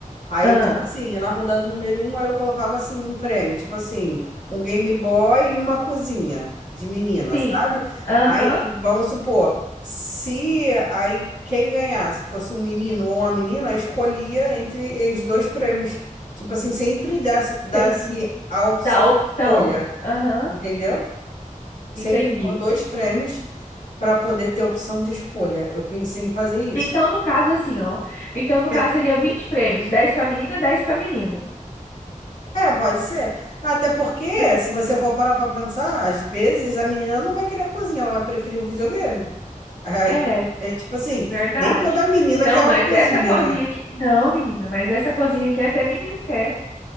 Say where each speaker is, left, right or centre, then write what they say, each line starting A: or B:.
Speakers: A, on the left; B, on the left.
A: Aí,
B: Ah,
A: tipo assim, na rodada número um, aí eu colocava assim um prêmio, tipo assim, um Game Boy e uma cozinha de menina,
B: sim.
A: sabe?
B: Aham,
A: Aí, vamos supor, se aí quem ganhasse fosse um menino ou uma menina, escolhia entre os dois prêmios. Tipo assim, sempre desse, desse
B: entendi.
A: a opção
B: Dá
A: de
B: opção.
A: escolha,
B: Aham,
A: entendeu?
B: entendi.
A: Sempre pôr dois prêmios para poder ter opção de escolha. Eu pensei em fazer isso.
B: Então, no caso, assim, ó. Então, no
A: É,
B: caso, seria 20 prêmios, 10 pra menina, 10 pra menino.
A: é, pode ser. Até porque,
B: porque
A: se você for parar para pensar, às vezes a menina não vai querer a cozinha, ela vai preferir o videogame. <laughs> Aí,
B: É,
A: é tipo assim,
B: verdade.
A: nem toda menina
B: Não,
A: quer
B: mas
A: uma cozinha,
B: essa cozinha
A: né?
B: aqui. Não, menina, mas essa cozinha aqui até menino quer.